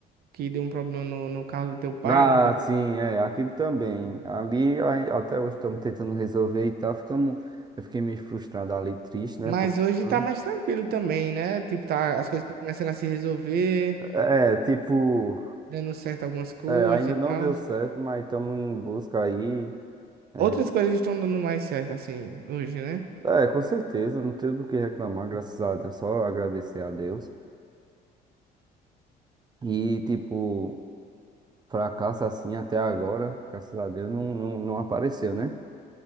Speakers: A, on the right; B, on the right.
A: que deu um problema no, no carro do teu pai,
B: Ah,
A: alguma coisa.
B: sim, é, aquilo também. Ali, ai, até hoje estamos tentando resolver e tal. Ficamos, eu fiquei meio frustrado ali, triste, né?
A: Mas
B: pensando.
A: hoje tá mais tranquilo também, né? Tipo, tá, as coisas estão começando a se resolver,
B: É, é, tipo,
A: dando certo algumas coisas
B: é, ainda
A: e tal.
B: não deu certo, mas estamos em busca aí. É,
A: Outras coisas estão dando mais certo, assim, hoje, né?
B: é, com certeza, não tenho do que reclamar, graças a Deus, só agradecer a Deus. E, tipo. Fracasso assim até agora, graças a Deus, não, não, não apareceu, né?